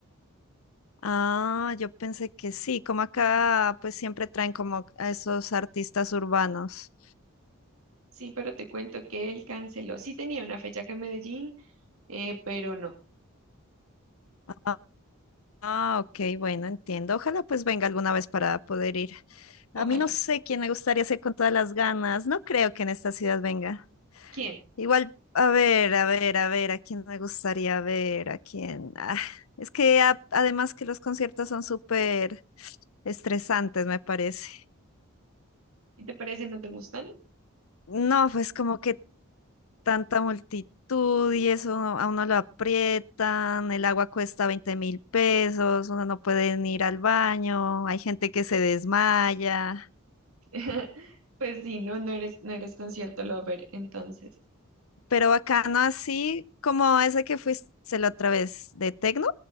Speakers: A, on the left; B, on the right.
A: Ah, yo pensé que sí, como acá pues siempre traen como a esos artistas urbanos.
B: Sí, pero te cuento que él canceló. Sí tenía una fecha acá en Medellín, eh, pero no.
A: Ah, ah, ok, bueno, entiendo. Ojalá pues venga alguna vez para poder ir.
B: Ojalá.
A: A mí no sé quién me gustaría ser con todas las ganas. No creo que en esta ciudad venga.
B: ¿Quién?
A: Igual, a ver, a ver, a ver, a quién me gustaría ver, a quién. Ah, es que a- además que los conciertos son súper estresantes, me parece.
B: Si te parece, no te gustan.
A: No, pues como que tanta multitud y eso uno- a uno lo aprietan, el agua cuesta veinte mil pesos, uno no puede ni ir al baño, hay gente que se desmaya,
B: <laughs> Pues sí, no, no eres, no eres concierto lover, entonces.
A: pero bacano así como ese que fuiste la otra vez de Tecno,